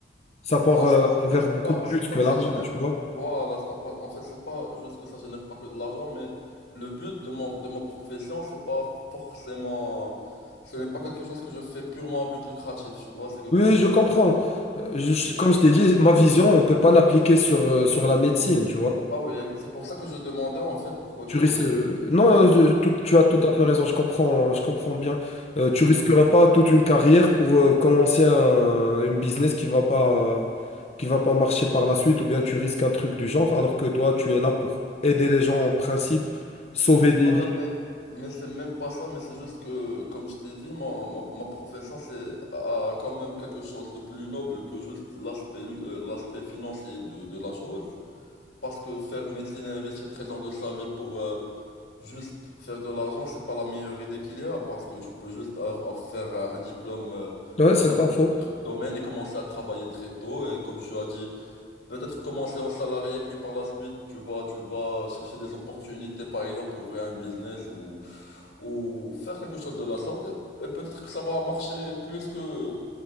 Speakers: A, on the left; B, on the left.
A: Ça part,
B: Bah,
A: euh,
B: c'est en fait,
A: envers
B: c'est
A: beaucoup
B: pas,
A: plus
B: c'est pas
A: que
B: que
A: l'argent,
B: ça génère.
A: tu vois.
B: Voilà. En, pa- en fait, c'est pas juste que ça génère pas que de l'argent, mais le but de mon, de ma profession, c'est pas forcément. Ce n'est pas quelque chose que je fais purement à but lucratif, tu vois. C'est quelque
A: Oui,
B: chose.
A: je comprends. Euh, je-
B: où-
A: comme je t'ai dit, ma vision, on ne peut pas l'appliquer sur, euh, sur la médecine, tu vois.
B: Ah oui, c'est pour ça que je demandais en fait pourquoi tu
A: Tu risques,
B: as fait
A: euh,
B: ce. Parce
A: non,
B: que-
A: je- tout- tu as tout
B: je
A: à fait raison, je comprends, je comprends bien. Euh,
B: Je
A: tu
B: vous
A: risquerais pas toute une carrière pour euh, commencer un, une business qui va pas, qui va pas marcher par la suite, ou bien tu risques un truc du genre, alors que toi, tu es là pour aider les gens en principe, sauver
B: Voilà,
A: des vies.
B: mais, mais c'est même pas ça, mais c'est juste que, comme je t'ai dit, ma, ma, ma profession, c'est a quand même quelque chose de plus noble que juste l'aspect lu- euh, l'aspect financier de, de la chose. Parce que faire médecine et investir 13 ans de sa vie pour euh, juste faire de l'argent, c'est pas la meilleure idée qu'il y a, parce que tu peux juste av- av- faire euh, un diplôme euh,
A: Ouais,
B: dans
A: c'est
B: n'importe
A: pas faux.
B: quel autre domaine et commencer à travailler très tôt. Et comme tu as dit, Peut-être commencer en salarié, puis par la suite, tu vas, tu vas chercher des opportunités, par exemple, pour ouvrir un business ou, ou faire quelque chose de la sorte. Et, et peut-être que ça va marcher plus que,